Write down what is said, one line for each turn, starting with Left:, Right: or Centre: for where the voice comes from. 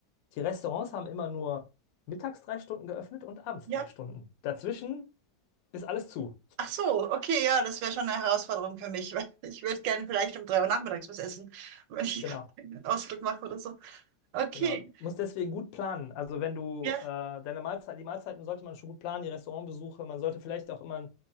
Left: die Restaurants haben immer nur mittags drei Stunden geöffnet und abends
Right: ja.
Left: drei Stunden. Dazwischen ist alles zu.
Right: Ach so, okay, ja, das wäre schon eine Herausforderung für mich, <laughs> weil ich würde gerne vielleicht um drei Uhr nachmittags was essen, wenn ich
Left: Genau,
Right: <laughs> einen Ausflug mache oder so. Okay,
Left: genau. Muss deswegen gut planen. Also wenn du
Right: ja.
Left: äh, deine Mahlzeit, die Mahlzeiten sollte man schon gut planen, die Restaurantbesuche. Man sollte vielleicht auch immer ein,